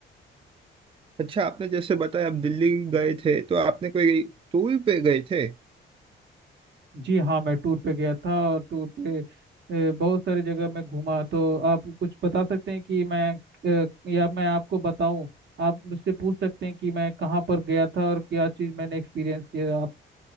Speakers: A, on the right; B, on the right.
A: अच्छा आपने जैसे बताया आप दिल्ली गए थे तो आपने कोई टूर पे गए थे
B: जी हाँ मैं टूर पे गया था और टूर पे अ, बहुत सारी जगह मैं घूमा तो आप कुछ बता सकते हैं कि मैं अ, या मैं आपको बताऊं आप मुझसे पूछ सकते हैं कि मैं कहाँ पर गया था और क्या चीज़ मैंने एक्सपीरियंस किया आप